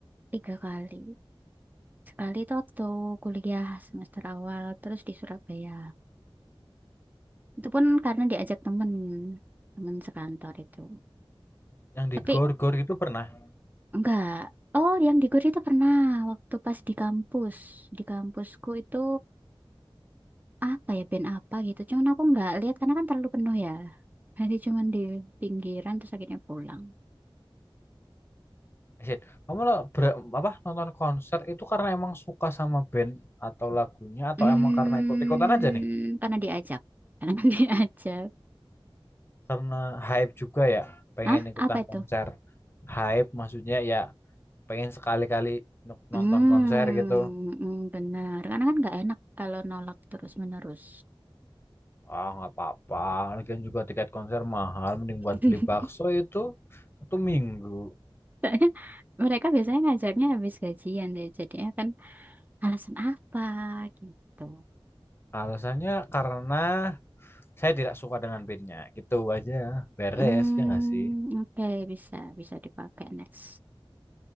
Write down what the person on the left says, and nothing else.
Yang di
gor-gor itu pernah?
Asyik. Kamu lo- ber- apa nonton konser itu karena emang suka sama band atau lagunya atau
emang karena ikut-ikutan aja nih?
Karena hype juga ya, pengen
ikutan
konser. Hype maksudnya ya pengen sekali-kali nuk-
nonton konser gitu.
Ah, nggak apa-apa. Lagian juga tiket konser mahal, mending buat
beli bakso itu satu minggu.
Alasannya karena saya tidak suka dengan bandnya. Gitu aja, beres
ya nggak sih?